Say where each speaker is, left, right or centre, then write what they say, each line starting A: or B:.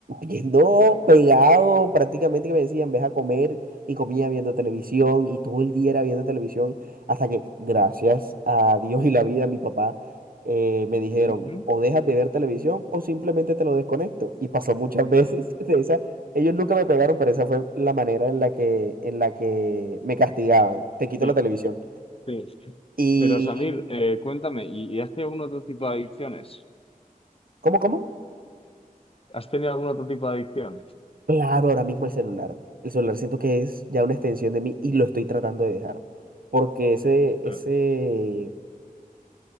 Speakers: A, on the right (about 75°); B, on the left (about 40°).
A: viendo pegado prácticamente que me decían, ves a comer y comía viendo televisión y todo el día era viendo televisión hasta que, gracias a Dios y la vida, mi papá eh, me dijeron,
B: Ujú.
A: o dejas de ver televisión o simplemente te lo desconecto. Y pasó muchas veces <laughs> de esa. Ellos nunca me pegaron, pero esa fue la manera en la que, en la que me castigaban. Te quito
B: Sí,
A: la televisión.
B: sí.
A: ¿Y
B: Pero Samir, eh, cuéntame, ¿y, y has tenido algún otro tipo de adicciones?
A: cómo, cómo?
B: ¿Has tenido algún otro tipo de adicción?
A: Claro, ahora mismo el celular. El celular siento que es ya una extensión de mí y lo estoy tratando de dejar. Porque ese, ese,
B: Ah,